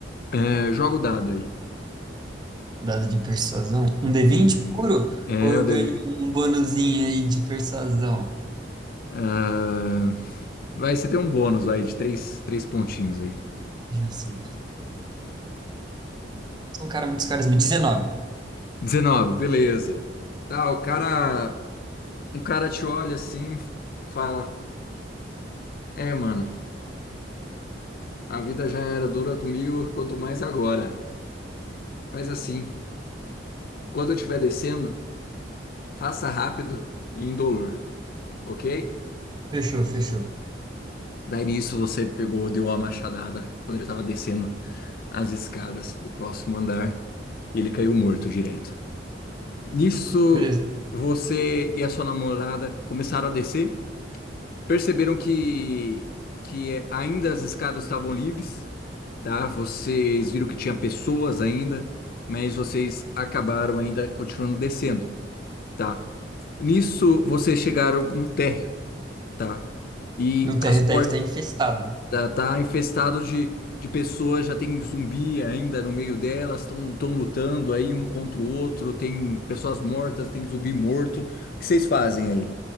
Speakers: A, on the left (about 50°); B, on the right (about 25°).
A: é, joga o dado aí.
B: Dado de persuasão, um d vinte
A: hum.
B: puro,
A: É,
B: ou eu
A: eu deve.
B: ganho um bonuzinho aí de persuasão?
A: ah, vai, você tem um bônus aí de três, três pontinhos aí.
B: Deixa eu ver se- Sou um cara muito carisma. dezenove
A: 19, beleza. Tá, o cara. Um cara te olha assim, fala: É, mano, a vida já era dura comigo, quanto mais agora. Faz assim. Quando eu estiver descendo, faça rápido e indolor, ok?
B: Fechou, fechou.
A: Daí nisso você pegou, deu uma machadada quando ele estava descendo as escadas pro próximo andar e ele caiu morto direto. Nisso,
B: Beleza.
A: você e a sua namorada começaram a descer, perceberam que, que ainda as escadas estavam livres, tá? Vocês viram que tinha pessoas ainda, mas vocês acabaram ainda continuando descendo, tá? Nisso, vocês chegaram no térreo Tá. E
B: No térreo
A: as portas
B: deve estar infestado.
A: tá tá infestado de, de pessoas, já tem zumbi ainda no meio delas, estão tão tão lutando aí um contra o outro, tem pessoas mortas, tem zumbi morto. O que vocês fazem aí?